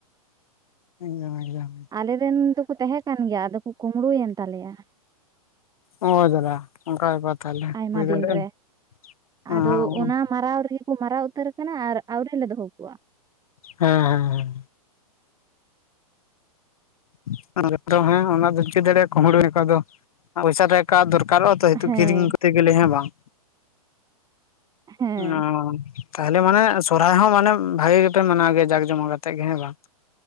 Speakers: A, on the left; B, on the right.
A: ᱮᱫᱚᱢ, ᱮᱠᱫᱚᱢ,
B: ᱟᱞᱮᱨᱮᱱ ᱫᱚᱠᱚ ᱛᱟᱦᱮᱸ ᱠᱟᱱ ᱜᱮᱭᱟ ᱟᱫᱚ ᱠᱚ ᱠᱩᱢᱵᱽᱲᱩᱭᱮᱱ ᱛᱟᱞᱮᱭᱟ᱾
A: ᱳ ᱡᱟᱞᱟ ᱚᱱᱠᱟᱱ ᱵᱮᱯᱟᱨ ᱛᱟᱦᱞᱮ
B: ᱟᱭᱢᱟ
A: ᱦᱩᱭ
B: ᱫᱤᱱ
A: ᱫᱟᱲᱮᱜ-ᱟ,
B: ᱨᱮ ᱟᱫᱚ
A: ᱚᱸ
B: ᱚᱱᱟ ᱢᱟᱨᱟᱣ ᱨᱮᱜᱮ ᱠᱚ ᱢᱟᱨᱟᱣ ᱩᱛᱟᱹᱨᱮ ᱠᱟᱱᱟ ᱟᱨ ᱟᱹᱣᱨᱤ ᱞᱮ ᱫᱚᱦᱚ ᱠᱚᱣᱟ᱾
A: ᱦᱮᱸ, ᱦᱮᱸ, ᱦᱮᱸ, ᱦᱮᱸ <unintelligible> ᱫᱚᱢ ᱪᱮᱫ ᱫᱟᱲᱮᱭᱟᱜᱼᱟ <unintelligible> ᱱᱟᱠᱚ ᱟᱫᱚ, ᱯᱚᱭᱥᱟ ᱴᱟᱠᱟ ᱫᱚᱨᱠᱟᱨᱚᱜᱼᱟ ᱛᱚ, ᱦᱤᱛᱚᱜ
B: ᱦᱮᱸ
A: ᱠᱤᱨᱤᱧ ᱠᱚᱛᱮ ᱜᱮᱞᱮ ᱦᱮᱸ ᱵᱟᱝ?
B: ᱦᱮᱸ
A: ᱚᱸ, ᱛᱟᱦᱚᱞᱮ ᱢᱟᱱᱮ ᱥᱚᱨᱦᱟᱭ ᱦᱚᱸ ᱢᱟᱱᱮ ᱵᱷᱟᱜᱮ ᱜᱮᱯᱮ ᱢᱟᱱᱟᱣ ᱜᱮᱭᱟ ᱡᱟᱠ ᱡᱚᱢᱚᱠ ᱟᱛᱮᱜ ᱜᱮ ᱦᱮᱸ ᱵᱟᱝ,